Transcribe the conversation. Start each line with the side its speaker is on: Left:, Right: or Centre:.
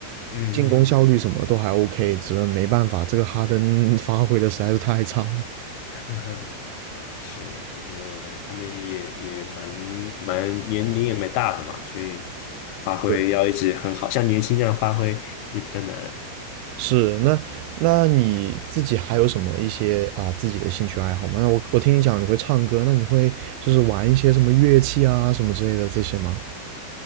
Left: 嗯嗯嗯，
Right: 进攻效率什么都还 OK，只是没办法，这个哈登 <laughs> 发挥的实在是太差了。
Left: <laughs> 呵呵，是，就是他们也也蛮蛮年龄也蛮大的嘛，所以发挥要一直很好，
Right: 对，
Left: 像年轻这样发挥也比较难。
Right: 是那那你自己还有什么一些啊、呃自己的兴趣爱好吗？那我我听你讲你会唱歌，那你会就是玩一些什么乐器啊什么之类的这些吗？